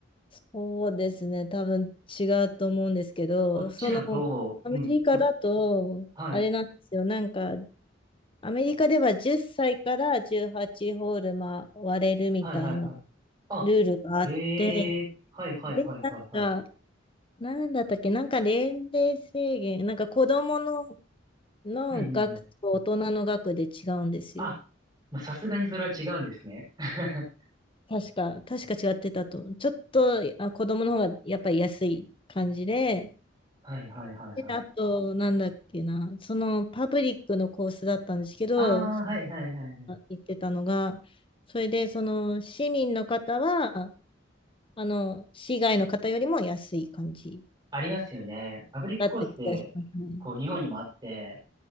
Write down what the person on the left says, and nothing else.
そうですね。多分違うと思うんですけど、
その、アメリカだと、
あれなんですよ。なんか、アメリカでは10歳から18ホール回れるみたいな
ルールがあって、
で、なんか、なんだったっけ、なんか年齢制限、なんか子供の、の額と大人の額で違うんですよ。
確か、確か違ってたと。ちょっと、あ、子供の方がやっぱり安い感じで、
であと、なんだっけな、そのパブリックのコースだったんですけど、
言ってたのが、それで、その市民の方は、あの、市外の方よりも安い感じ
だった気がしますね。